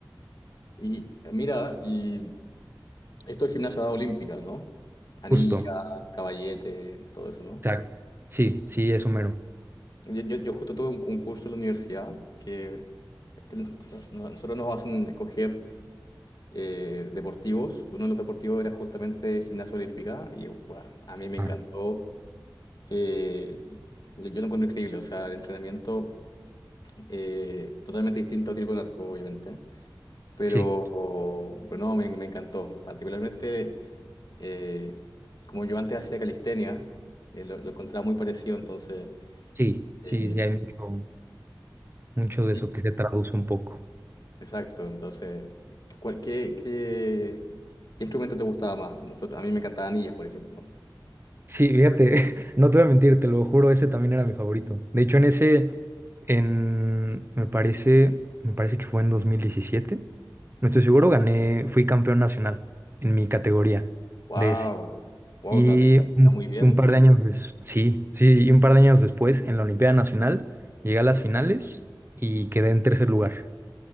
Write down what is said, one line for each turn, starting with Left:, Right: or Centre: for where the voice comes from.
Left: Y eh, mira, y esto es gimnasia olímpica, ¿no? Anillas,
Right: justo.
Left: caballete, todo eso, ¿no?
Right: Exacto. Sí, sí, es Homero.
Left: Yo, yo, yo justo tuve un, un curso en la universidad que ten- no- no- nosotros nos hacen escoger eh, deportivos. Uno de los deportivos era justamente gimnasia olímpica y bueno, a mí me
Right: Ah,
Left: encantó. Eh, yo lo encuentro increíble, o sea, el entrenamiento eh, totalmente distinto a tiro con arco, obviamente, pero,
Right: sí,
Left: pero no, me, me encantó. Particularmente, eh, como yo antes hacía calistenia, eh, lo, lo encontraba muy parecido, entonces,
Right: sí, sí,
Left: eh,
Right: sí, hay mucho, mucho
Left: sí,
Right: de eso que se traduce un poco.
Left: exacto. Entonces, ¿cuál- qué, qué- qué instrumento te gustaba más? Nosotros- a mí me encantaban anillas, por ejemplo.
Right: Sí, fíjate, <laughs> no te voy a mentir, te lo juro, ese también era mi favorito. De hecho, en ese, en, me parece, me parece que fue en 2017, no estoy seguro, gané, fui campeón nacional en mi categoría
Left: Wow,
Right: de ese.
Left: wow,
Right: Y
Left: o sea, te está
Right: un,
Left: muy bien.
Right: un par de años des- sí, sí, sí, y un par de años después, en la Olimpiada Nacional, llegué a las finales y quedé en tercer lugar.